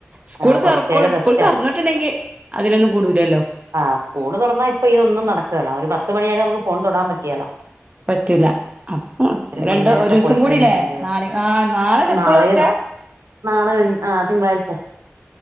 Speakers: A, on the right; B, on the right.
A: സ്കൂള്
B: ആഹ് കൊറച്ച്
A: തൊറക്കോളൂ
B: നേരം റെസ്റ്റാ
A: സ്കൂള് തുറന്നിട്ടുണ്ടെങ്കി. അതിനൊന്നും കൂടൂലല്ലോ.
B: ആഹ് സ്കൂള് തുറന്നാ ഇപ്പൊ ഇതൊന്നും നടക്കല്ല ഒരു പത്ത് മണിയാകാതെ നമുക്ക് ഫോൺ തൊടാൻ പറ്റിയാലാ.
A: പറ്റില്ല അപ്പ രണ്ട്
B: പിള്ളേരൊക്കെ
A: ഒരുസം
B: പോയി
A: കൂടില്ലേ
B: കഴിഞ്ഞല്ലയോ
A: നാള ആ നാളല്ല സ്കൂള്
B: നാളെയും
A: തുറക്ക.
B: നാളെ കഴിഞ്ഞ് ആ തിങ്കളാഴ്ച